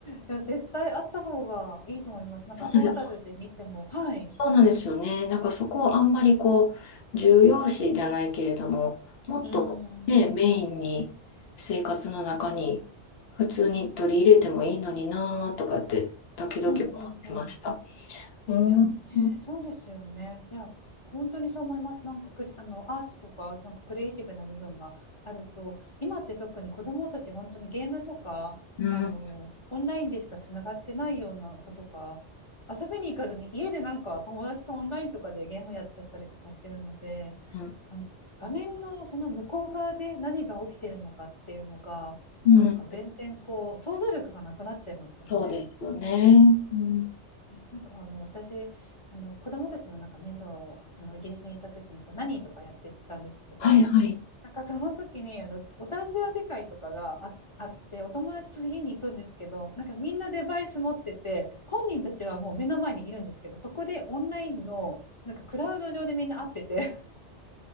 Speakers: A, on the left; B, on the left.
A: や、絶対あった方がいいと思います。なんかトータルで見ても、
B: そうです
A: はい。
B: そうなんですよね。なんかそこをあんまりこう、重要視じゃないけれども、もっとね、
A: うーん、
B: メインに生活の中に普通に取り入れてもいいのになーとかって、時々思ってました。
A: うん、うん、う
B: うん。
A: いや、
B: うん。
A: ね、そうですよね。いや、本当にそう思います。なんかクリ、あの、アートとか、なんかクリエイティブな部分があると、今って特に子どもたち、本当にゲームとか、
B: うん。
A: あの、オンラインでしかつながってないような子とか、遊びに行かずに家でなんか友達とオンラインとかでゲームやっちゃったりとかしてるので、
B: うん。
A: あの画面のその向こう側で何が起きてるのかっていうのが、
B: うん
A: なんか全然こう、想像力がなくなっちゃいますよね。
B: そうですよね。うん。
A: なんかあの私あの子供たちのなんか面倒をあのイギリスにいた時にこう何とかやってたんですけど
B: はいはい。
A: なんかその時にあのお誕生日会とかがあ、あってお友達と家に行くんですけどなんかみんなデバイス持ってて本人たちはもう目の前にいるんですけどそこでオンラインのなんかクラウド上でみんな会ってて